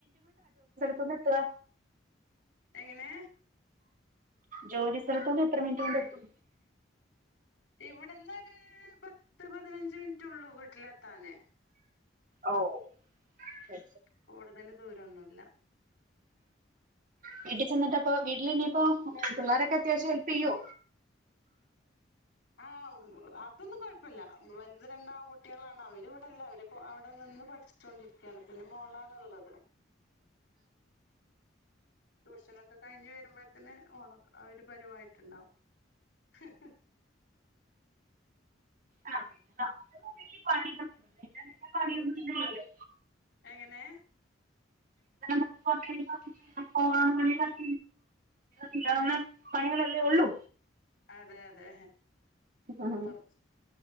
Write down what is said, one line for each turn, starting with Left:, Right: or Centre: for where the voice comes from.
Right: ഇപ്പൊന്ന്ട്ട് താ
Left: എങ്ങനെ
Right: ജോലി സ്ഥലതൂന്നു എത്ര മിനിറ്റോണ്ടെത്തും
Left: ഇവിടന്നൊര് പത്ത് പതിനഞ്ച് മിനിറ്റൊള്ളൂ വീട്ടിലെത്താന്
Right: ഓഹ്
Left: കൂടുതല് ദൂരൊന്നൂമല്ല
Right: വീട്ടിചെന്നിട്ടപ്പോ വീട്ടിൽ ഇനിയിപ്പോ പിള്ളാരൊക്കെ അത്യാവശ്യം ഹെൽപ്പിയ്യോ
Left: ആഹ് അതൊന്നും കൊഴപ്പല്ല വലുത് രണ്ടും ആൺ കുട്ടിയേളാണ് അവര് ഇവിടെല്ല അവര് അവടെ നിന്ന് പഠി ച്ചോണ്ടിരിക്കാണ് പിന്നെ മോളാണ്ള്ളത് ട്യൂഷനൊക്കെ കഴിഞ്ഞ് വരുമ്പോഴത്തിന് ഒരു പരുവായിട്ടുണ്ടാവും ഹു ഹ്
Right: ആഹ് പിന്നെ <unintelligible> പണിയൊഒന്നുമില്ലല്ലോ ഇവിടെ
Left: എങ്ങനെ
Right: <inaudible> ചെയ്യാവുന്ന പണികളല്ലേ ഒള്ളൂ
Left: അതെ അതെ
Right: ആഹ്
Left: കൊറച്ച്